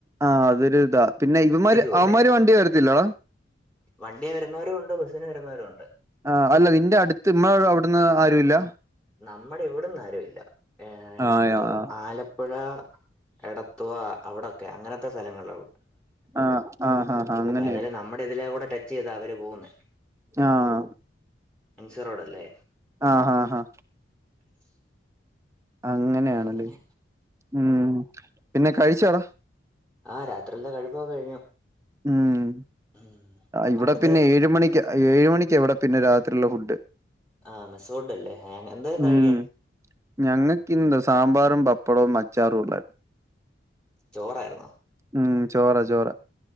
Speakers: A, on the right (about 15°); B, in the centre.
A: ആഹ് അതൊരു ഇതാ പിന്നെ ഇവന്മാര്
B: പോവല്ലേ
A: അവന്മാര് വണ്ടി തരത്തില്ലടാ?
B: വണ്ടിയെ വരുന്നവരും ഒണ്ട് ബസ്സിന് വരുന്നവരും ഒണ്ട്.
A: ആ അല്ല നിന്റെ അടുത്ത് ഇമ്മ അവിടുന്ന് ആരു ഇല്ല?
B: നമ്മുടെ ഇവിടന്നാരുല്ല ഏഹ്
A: ആഹ്
B: എന്തോ
A: ആഹ്
B: ആല ടപ്പുഴ എടത്തുവ അവിടൊക്കെ അങ്ങനത്തെ സ്ഥലങ്ങളള്ളൂ.
A: ആഹ് ആ ഹാ ഹാ അങ്ങനെയ
B: ഏതായാലും നമ്മുടെ ഇതിലെ കൂടെ ടച്ച് ചെയ്താ അവര് പോവുന്നെ.
A: ആഹ്.
B: എം സി റോഡല്ലേ.
A: ആഹ് ഹാ ഹാ.
B: <inaudible>
A: അങ്ങനെയാണല്ലേ
B: അങ്ങനെ
A: ഉം പിന്നെ കഴിച്ചോ?
B: ആഹ് രാത്രിൽത കഴിപ്പൊക്കെ കഴിഞ്ഞു.
A: ഉം
B: ഉം
A: ഇവിടെ
B: അവിടത്തെ
A: പിന്നെ ഏഴ് മണിക്ക. ഏഴ് മണിക്കാ ഇവ്ടെ പിന്നെ രാത്രിള്ള ഫുഡ്.
B: ആഹ് മെസ്സ് ഫൂഡല്ലേ ഹാങ്ങ് എന്തായിന്ന്
A: ഉം
B: കഴിക്കാൻ?
A: ഞങ്ങക്കിന്ന് സാമ്പാറും പപ്പടവും അച്ചാറുംള്ള
B: ചോറായിര്ന്നോ?
A: ഉം ചോറ് ചോറ്